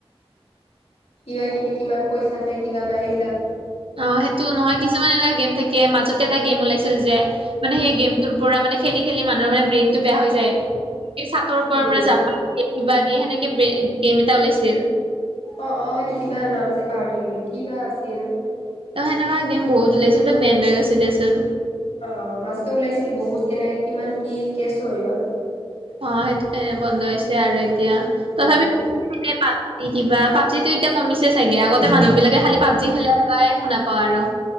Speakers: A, on the left; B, on the right.
A: কিবা কিবি কিমান পইচা পায় কিবা পায় সেইবিলাক
B: অ সেইটো নহয় কিছুমান এনেকোৱা গেম থাকে মাজতে এটা গেম ওলাই যে মানে সেই গেমটোৰ পৰা মানে খেলি খেলি মানুহৰ মানে ব্ৰেইনটো বেয়া হৈ যায়। এই চাটৰ ওপৰ
A: উম
B: পৰা জাপ মাৰে কিবা দিয়ে সেনেকে গেম এটা ওলাইছিল।
A: অ অ সেইটো কিবা নাম আছিল পাৰ থাকিলো কিবা আছিল।
B: ত সেনকা আ গেম বহুত ওলাইছিল ত বেণ্ড হৈ গৈছে দেচোন
A: অ মাজতে ওলাইছিল বহুত কেনে কিমান কি কেচ হৈ গ'ল।
B: অ সেইটোকে বন্ধ হৈছে আৰু এতিয়া
A: উম
B: তথাপি প কিবা পাবজিো এতিয়া কমিছে চাগে আগতে মানুহ বিলাকে খালি পাবজি খেলাই শুনা পাওঁ আৰু